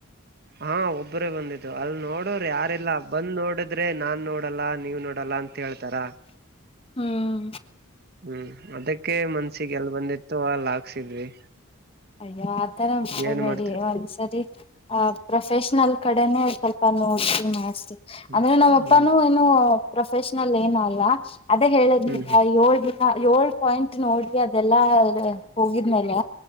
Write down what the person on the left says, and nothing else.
ಹ್ಮ್
ಅಯ್ಯೋ ಆತರ ಹಳ್ಬೇಡಿ
ಒಂದ್ಸರಿ ಆಹ ಪ್ರೊಫೆಷ್ನಲ್ ಕಡೆನೆೇ ಸ್ವಲ್ಪ ನೋಡ್ಸಿ ಮಾಡಸ
ಅಂದ್ರೆ ನಮ್ಮ
ಅಪ್ಪಾನೂ ಏನು ಪ್ರೊಫೆಷನಲ್ ಏನ ಅಲ್ಲ ಅದೇ ಹೇಳದ್
ಏಳ್ ಹ ಏಳ್ ಪಾಯಿಂಟ್ ನೋಡ್ರಿ ಅದೆಲ್ಲಾ ಹೋಗಿದ್ಮೇಲೆ